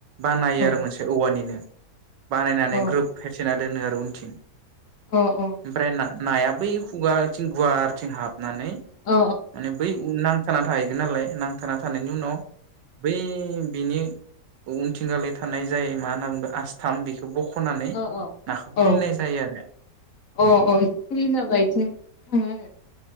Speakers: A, on the right; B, on the left.
A: बानायो
B: औ
A: आरो मोनसे औवा वानिनो बानायनानै
B: अ
A: ग्रोब फेरसिना दोनो आरो उनथिं।
B: अ अ
A: ओमफ्राय ना नाया बै खु खुगाथिं गुवारथिं हाब नानै
B: अ
A: माने बै उ नां थाना थाहैगोन नालाय नां थाना थानायनि उनाव बै बिनि उनथिंगाले थानाय जायो मा होनना बुंदो आस्थाम बेखौ बख'नानै
B: औ औ
A: नाखौ
B: औ
A: खुलिनाय जायो आरो
B: अ अ इखो खुलिना होबा इथिं थाङो आरो